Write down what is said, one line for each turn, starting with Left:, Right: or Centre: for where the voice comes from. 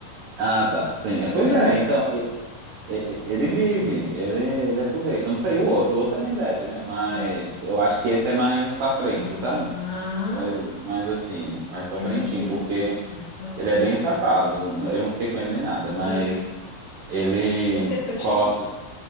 Right: Ah, tá. Sim.
Left: Eles
Right: É, pois
Left: tiveram
Right: é.
Left: um
Right: Então, e- e- ele vive, ele, ele aproveita. Eu Não sei o outro. O outro também deve, né? Mas
Left: bebê.
Right: eu acho que esse é mais pra frente,
Left: Aham.
Right: sabe? Mas, mas assim, mais pra
Left: Delícia.
Right: frentinho, porque
Left: Ah,
Right: ele é bem safado. Eu não fiquei com ele nem nada, mas
Left: sei.
Right: ele
Left: O Fê, é seu tipo?
Right: coloca.